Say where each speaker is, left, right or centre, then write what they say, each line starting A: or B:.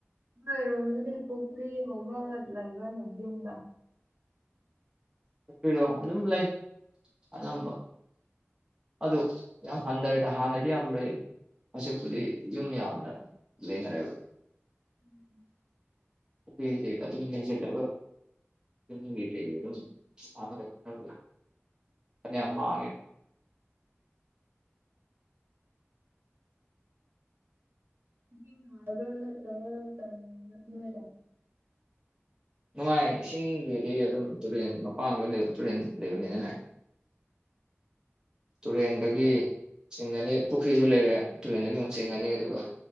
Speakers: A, on the right (about 55°); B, on the right (about 20°).
A: ꯑꯣꯏ ꯔꯣꯅꯥꯜꯗꯣꯒꯤ ꯄꯨꯈ꯭ꯔꯤ ꯐꯧꯕ ꯂꯩꯕ ꯂꯩꯕ꯭ꯔꯣ ꯌꯨꯝꯗ
B: ꯄꯨꯈ꯭ꯔꯤꯗꯣ ꯑꯗꯨꯝ ꯂꯩ ꯑꯅꯝꯕ ꯑꯗꯨ ꯌꯥꯝ ꯍꯟꯊꯔꯦꯗ ꯍꯥꯟꯅꯗꯤ ꯌꯥꯝ ꯂꯩ ꯍꯧꯖꯤꯛꯄꯨꯗꯤ ꯌꯨꯝ ꯌꯥꯝꯅ ꯂꯩꯅꯔꯦꯕ
A: ꯎꯝ
B: ꯄꯨꯈ꯭ꯔꯤꯁꯤ ꯑꯗꯨꯝ ꯃꯦꯟꯖꯤꯜꯂꯒ ꯌꯨꯝꯒꯤ ꯀꯩꯒꯤ ꯗꯨꯝ ꯁꯥꯕ ꯈꯜꯂꯤꯕ ꯐꯥꯅ ꯌꯥꯝ ꯃꯥꯡꯉꯦ
A: <unintelligible> ꯒ ꯅꯠꯇ꯭ꯔ <unintelligible> ꯅꯦꯗ
B: ꯅꯨꯡꯉꯥꯏ ꯏꯁꯤꯡꯒꯤꯗꯤ ꯑꯗꯨꯝ ꯇꯨꯔꯦꯜ ꯃꯄꯥꯟ ꯂꯣꯏ ꯂꯩꯕ ꯇꯨꯔꯦꯟ ꯂꯩꯕꯅꯤꯅꯅꯦ ꯇꯨꯔꯦꯟꯗꯒꯤ ꯆꯤꯡꯒꯅꯤ ꯄꯨꯈ꯭ꯔꯤꯁꯨ ꯂꯩꯔꯦ ꯇꯨꯔꯦꯟꯗꯒꯤ ꯑꯃꯨꯛ ꯆꯤꯡꯒꯅꯤ ꯑꯗꯨꯒ